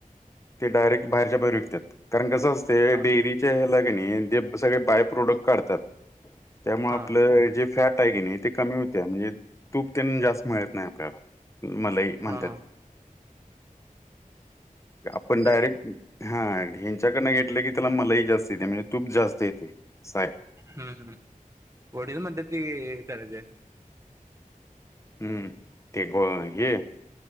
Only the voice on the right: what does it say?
हा
हा
हा हा
असं
आहे
हू हू ओरिजनल म्हणत्यात ते हेच करायचं <unintelligible>